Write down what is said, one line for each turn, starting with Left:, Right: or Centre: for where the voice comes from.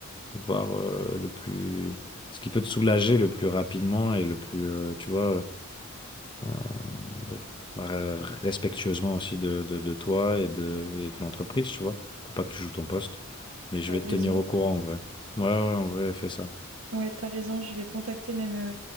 Left: voir, euh, le plus, ce qui peut te soulager le plus rapidement et le plus, euh, tu vois euh, voilà. Bah, Respectueusement aussi de, de, de toi et de, et de l'entreprise, tu vois. pour pas que tu joues ton poste. Mais je
Right: T'as
Left: vais
Right: raison.
Left: te tenir au courant en vrai. Ouais, ouais, en vrai, fais ça.
Right: Ouais, t'as raison. Je vais contacter même euh,